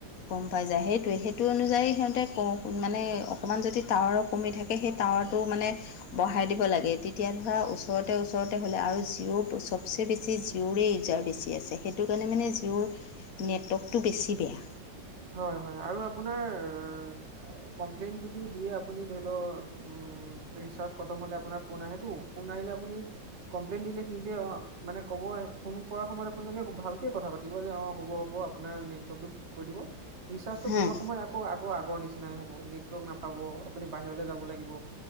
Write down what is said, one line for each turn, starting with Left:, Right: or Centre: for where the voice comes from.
Left: গম পাই যায় সেইটোৱে সেইটো অনুযায়ী সিহঁতে ক মানে। অকণমান যদি টাৱাৰো কমি থাকে সেই টাৱাৰটো মানে বঢ়াই দিব লাগে তেতিয়া ধৰা। ওচৰতে ওচৰতে হ'লে আৰু জিঅ'ৰ চবচে বেছি জিঅ'ৰে ইউজাৰ বেছি আছে সেই। সেইটো কাৰণে মানে জিঅ'ৰ নেটৱৰ্কটো বেছি বেয়া
Right: হয় হয় আৰু আপোনাৰ অ কমপ্লেইন যদিও দিয়ে আপুনি ধৰি লও উম ৰিচাৰ্জ খতম হলে আপোনাৰ ফোন আহে টো ধৰি ল আপুনি কমপ্লেইন দিলে কিন্তু অ মানে কব ফোন কৰা সময়ত আপোনালোকে ভাল কে কথা পাতিব কব যে অ হ'ব হব' আপোনাৰ নেটৱৰ্কটো ঠিক কৰি দিব ৰিৰ্জাটো
Left: হা
Right: ভৰোৱা সময়ত আকৌ আকৌ আগৰ নিচিনা নাই হ'ব নেটৱৰ্ক নাপাব আপুনি বাহিৰলৈ যাব লাগিব